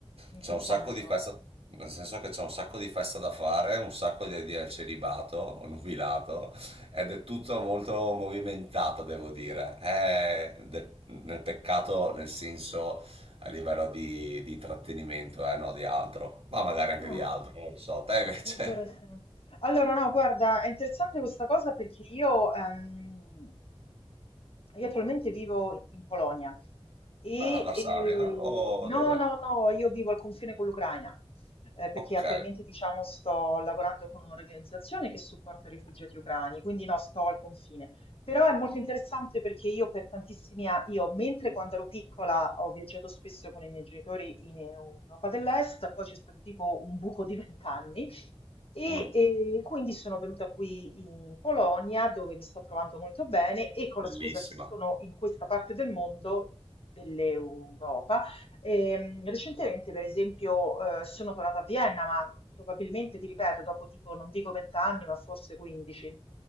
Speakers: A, on the left (about 60°); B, on the right (about 60°).
A: In
B: C'è
A: che
B: un
A: senso?
B: sacco di festa, nel senso che c'è un sacco di festa da fare, un sacco di idee al celibato, o nubilato, ed è tutto molto movimentata, devo dire. È del- nel peccato nel senso a livello di, di intrattenimento, eh, no, di altro, ma magari anche
A: Ah.
B: di altro, non lo so. Te invece?
A: Interessante.
B: <laughs>
A: Allora, no, guarda, è interessante questa cosa perché io, ehm, io attualmente vivo in Polonia e,
B: Ah, Varsavia
A: e-
B: eh? o
A: no,
B: dove?
A: no, no, io vivo al confine con l'Ucraina, eh, perché
B: Ok,
A: attualmente, diciamo, sto lavorando con un'organizzazione che supporta i rifugiati ucraini, quindi no, sto al confine. Però è molto interessante perché io per tantissimi anni, io mentre quando ero piccola ho viaggiato spesso con i miei genitori in Europa dell'Est, poi c'è stato tipo un buco di vent'anni e,
B: Mm,
A: eh, quindi sono venuta qui in Polonia dove mi sto trovando molto bene e con
B: bellissima.
A: la scusa che sono in questa parte del mondo, dell'Europa, ehm, recentemente per esempio eh, sono tornata a Vienna, ma probabilmente, ti ripeto, dopo tipo non dico 20 anni, ma forse 15,